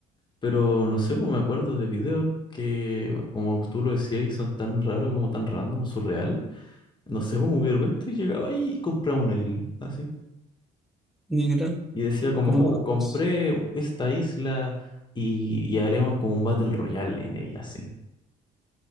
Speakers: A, on the left (about 25°); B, in the centre.
A: Pero no sé, pues me acuerdo de videos que, como tú lo decías, y son tan raros, como tan random, surreal. No sé, pues, como que de repente llegaba ahí y compraba una isla, así.
B: literal,
A: Y decía como,
B: por los
A: oh, compré
B: ojos.
A: esta isla y, y haremos como un Battle Royale en ella, así.